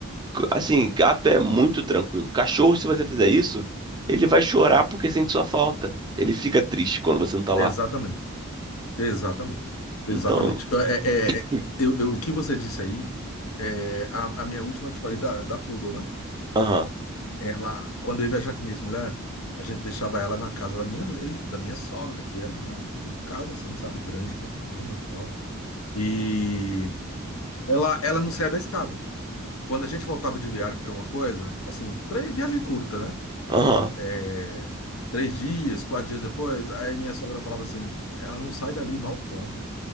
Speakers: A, on the right; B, on the left.
A: Assim, gato é muito tranquilo. Cachorro, se você fizer isso, ele vai chorar porque sente sua falta. Ele fica triste quando você não tá lá.
B: Exatamente. Exatamente, exatamente.
A: Então,
B: Então, É, é- é-
A: Hum.
B: eu, eu- o que você disse aí, é, a, a minha última, que eu te falei da, da Poodle, né?
A: aham,
B: Ela, quando eu ia viajar com minha mulher, a gente deixava ela na casa da minha, da minha sogra, que era uma puta casa, assim, sabe? Grande pra caramba e tal. E ela, ela não saía da escada. Quando a gente voltava de viagem, alguma coisa, assim, três, viagem curta, né?
A: aham.
B: É, Três dias, quatro dias depois, aí minha sogra falava assim, ela não sai dali, mal come,